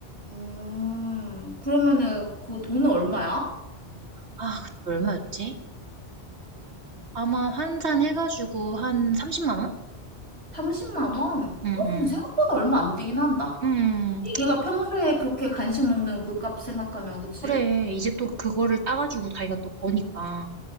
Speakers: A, on the right; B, on the right.
A: 음, 그러면은 그 돈은 얼마야?
B: 아 그때 얼마였지? 아마 환산해 가지고 한 3 0만 원?
A: 30만 원?
B: 응응
A: 어, 근데 생각보다 얼마 안 되긴 한다.
B: 응
A: 얘네가 평소에 그렇게 간식 먹는 그 값 생각하면, 그치?
B: 그래. 이제 또 그거를 따 가지고 자기가 또 버니까.